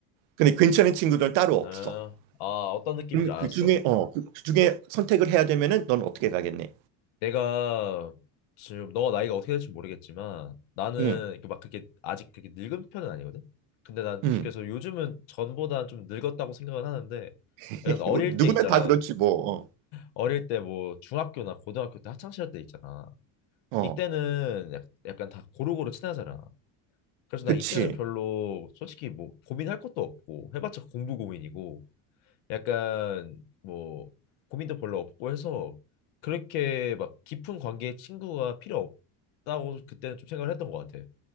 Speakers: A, on the right; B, on the left.
A: 근데 괜찮은 친구들은 따로 없어.
B: 어, 어, 어떤 느낌인지
A: 그럼
B: 알았어.
A: 그 중에 어, 그 그 중에 선택을 해야 되면은 넌 어떻게 가겠니?
B: 내가 지금 너가 나이가 어떻게 될지 모르겠지만 나는
A: 응.
B: 이렇게 막 그렇게 아직 그렇게 늙은 편은 아니거든. 근데 난
A: 응.
B: 그래서 요즘은 전보다 좀 늙었다고 생각은 하는데
A: <laughs>
B: 약간 어릴
A: 뭐 누구나
B: 때 있잖아.
A: 다 그렇지 뭐.
B: 어릴 때 뭐 중학교나 고등학교 때 학창 시절 때 있잖아.
A: 어. 어.
B: 이때는 약- 약간 다 고루고루 친하잖아. 그래서
A: 그치.
B: 난 이때는 별로 솔직히 뭐 고민할 것도 없고 해봤자 공부 고민이고 약간 뭐 고민도 별로 없고 해서 그렇게 막 깊은 관계의 친구가 필요 없다고 그때는 좀 생각을 했던 것 같아.